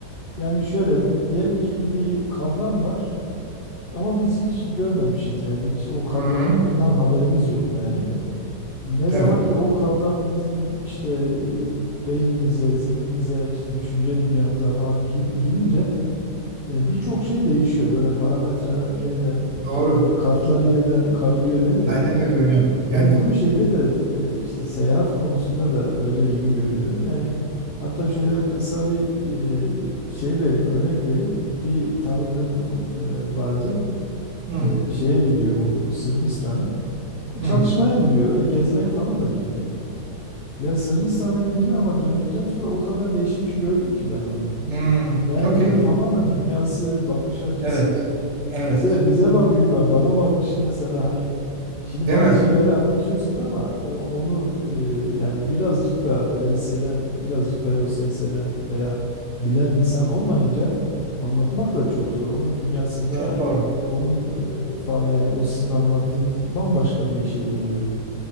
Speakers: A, on the left; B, on the right.
A: Yani şöyle diyelim ki bir kavram var ama biz hiç görmemişiz. Yani hiç o kavramdan
B: Hı hı.
A: haberimiz yok yani. Ne zaman
B: Evet.
A: ki o kavram bizim işte e, beynimize, zihnimize, işte düşünce dünyamıza falan gir- girince e, birçok şey değişiyor. Böyle parametreler yeniden,
B: Doğru.
A: e, hani kartlar yeniden karılıyor denir
B: Aynen
A: ya.
B: öyle hocam. Yani
A: Yani bu şeyde de e, işte seyahat konusunda da öyle gibi görüyorum. Yani hatta şöyle kısa bir e, şey vereyim, örnek vereyim. Bir tanıdığım e, vardı.
B: hı,
A: E, Şeye gidiyor bu Sırbistan'a. E, Çalışmaya
B: hı,
A: gidiyor. Öyle gezmeye falan da gitmiyor. Ya Sırbistan'a gidiyor ama döndükten sonra o kadar değişmiş gördüm ki ben onu.
B: hı.
A: Yani
B: Çok
A: böyle
B: ilginç.
A: tamamen dünyası, bakış açısı,
B: Evet. Evet.
A: bize bize bakışı ve bana bakışı mesela hani şimdi
B: Değil
A: bazı
B: mi?
A: şeyleri anlatıyorsunuz ama o onu e, yani birazcık da böyle hisseden, birazcık da olsa hisseden veya bilen insan olmayınca anlatmak da çok zor. Onun dünyasında
B: Çok doğru.
A: onun e, far- yani o sizin anlattığınız bambaşka bir şey buluyor.